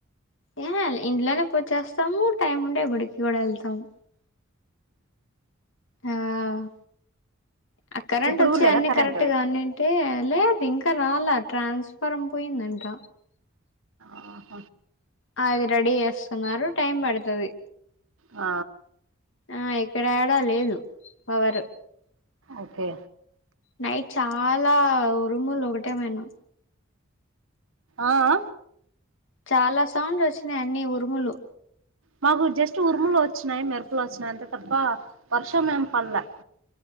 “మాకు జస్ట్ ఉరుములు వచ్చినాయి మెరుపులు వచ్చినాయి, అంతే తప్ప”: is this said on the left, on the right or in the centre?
Right